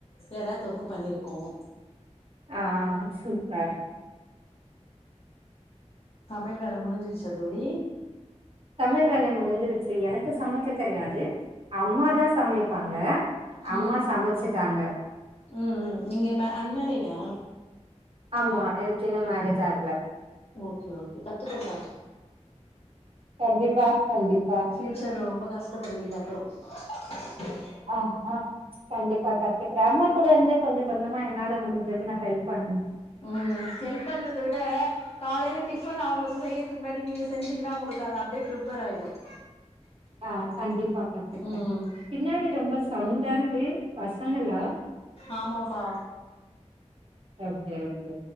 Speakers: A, on the left (about 55°); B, on the right (about 50°).
A: எராதொக்கு பண்ணிருக்கோம்
B: ஆ சூப்பர்
A: சமையல் வேலை முடிஞ்சிருச்சா தோழி
B: சமயல் வேலை முடிஞ்சிருச்சு எனக்கு சமைக்க தெரியாது அம்மாதான் சமைப்பாங்க அம்மா
A: ம்
B: சமைச்சுட்டாங்க
A: ம் ம் நீங்க அன்மேரிடா
B: ஆமா எனக்கு என்னம <unintelligible>
A: ஓகே ஓகே கத்துக்கோங்க
B: கண்டிப்பா கண்டிப்பா
A: ஃபியூச்சர்ல ரொம்ப கஷ்டப்படுவீங்க அப்பறோ <unintelligible>
B: ஆஹஹா கண்டிப்பா கத்துக்கிர அம்மா கூட வந்து கொஞ்சம் கொஞ்சமா என்னால முடிஞ்சது நான் ஹெல்ப் பண்
A: உம் ஹெல்ப் பண்றத விட காலைல டிஃபன் அவங்க செய்கிறதுக்கு முன்னாடி நீங்கள் செஞ்சிங்கன்னா உங்களுக்கு அது அப்படியே ப்ரிப்பேர் ஆயிடும்
B: ஆஹ் கண்டிப்பா கத்துக்கறேன்
A: ம்
B: பின்னாடி ரொம்ப சவுண்டா இரு க்கு பசங்களா
A: ஆமாப்பா
B: ஓகே ஓகே